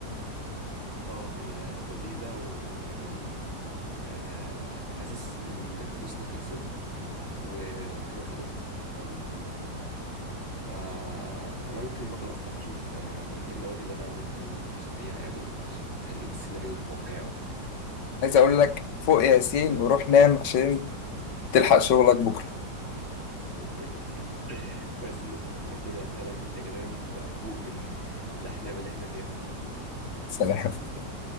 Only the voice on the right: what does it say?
اه هي لذيذه ويعني آه، حاسس ان فلوسنا خلصت ووقتنا خلص برضو فانا ممكن برضو افتح اشوف آه، ايه النوادي اللي انا ممكن اشتريها يعني عشان اخلي السيناريو واقعي اكتر
<laughs> كويس ان انت فكرتنا فعلا محتاج انام وافوق من الاحلام اللي احنا فيها دلوقتي